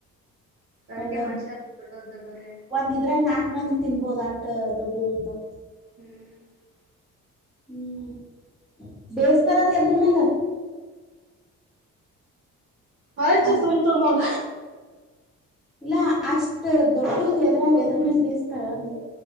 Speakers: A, on the right; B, in the centre.
A: ಅದಕೆ
B: ಒಂದೊಂದ್
A: ಮನುಷ್ಯಾರ ದೊಡ್ಡ ದೊಡ್ಡವ್ರೆ.
B: ಒಂದ್ ಇದ್ರಾಗ ನಾಕ್ ಮಂದಿ ತಿನ್ನ್ಬಹುದ್ ಆಟ ದೊಡ್ಡು ಇರ್ತಾವ.
A: ಹ್ಮ್
B: ಹ್ಮ್ ಬೇಯಿಸತಾರದ ಎದರಮ್ಯಾಲ್.
A: ಆಯ್ತು
B: ಅಸ್
A: ತುಂಬಿತುನ ನೋಡ.
B: ಇಲ್ಲ ಅಷ್ಟ ದೊಡ್ಡದು ಎದರ್ ಎದರ್ ಮೇಲ್ ಬೇಯಿಸತಾರ ಅಂದೇ.